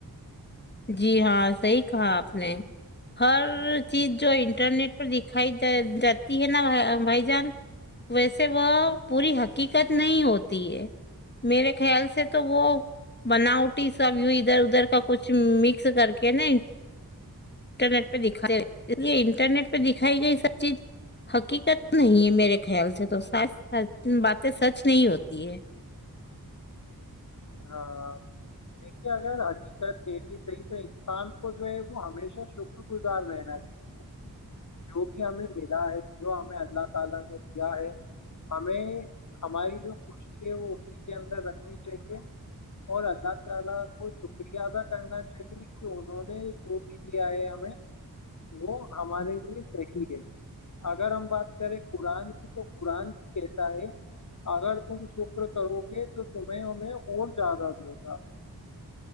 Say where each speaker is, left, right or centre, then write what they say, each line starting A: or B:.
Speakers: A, on the left (about 30°); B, on the left (about 50°).
A: جی ہاں صحیح کہا آپ نے ہر چیز جو انٹرنیٹ دکھائی جاتی ہے نا وہ بھائی جان ویسے وہ پوری حقیقت نہیں ہوتی ہے میرے خیال سے تو وہ بناوٹی سب ادھر ادھر کا کچھ کچھ مکس کر کے نا انٹرنیٹ پہ دکھاتے اسے انٹرنیٹ پہ دکھائی گئی سب چیز حقیقت نہیں ہے میرے خیال سے تو س باتیں سچ نہیں ہوتی ہے
B: ہاں <inaudible> <inaudible>